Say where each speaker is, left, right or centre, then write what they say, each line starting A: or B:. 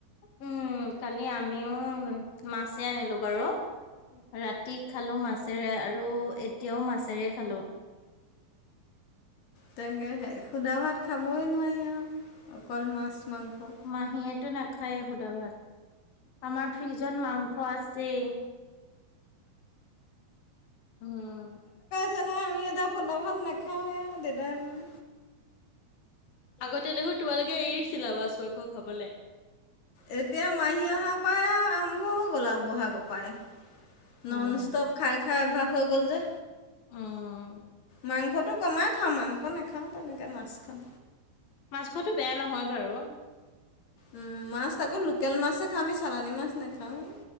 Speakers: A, on the left; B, on the left.
A: উম কালি আমিও মাছে আনিলো বাৰু। ৰাতি খালো মাছেৰে আৰু এতিয়াও মাছেৰে খালো।
B: তাকে সে সুধা ভাত খাবই নোৱাৰি আও অকল মাছ-মাংস।
A: মাহীয়েটো নাখায় এ সোধা ভাত আমাৰ ফ্ৰিজত মাংস আছেই। উম।
B: পছে ন আমি এটা হোদা ভাত নাখাওঁৱ এ আৰু দেউতাই মই।
A: আগতে দেখো তোমালোকে এৰিছিলা মাছ-মাংস খাবলে।
B: এতিয়া মাহী অহাৰ পৰাই আৰু আৰম্ভ হৈ গ'ল আও বহাগ পায়
A: উম,
B: নন ষ্টপ। খাই-খাই অভ্যাস হৈ গ'ল যে।
A: অম।
B: মাংসটো কমাই খাওঁ মাংস নাখাওঁ তেনেকে মাছ খাওঁ।
A: মাছ খোৱাটো বেয়া নহয় বাৰু।
B: উম মাছ আকৌ লোকেল মাছ হে খাওঁ আমি চালানী মাছ নাখাৱেই।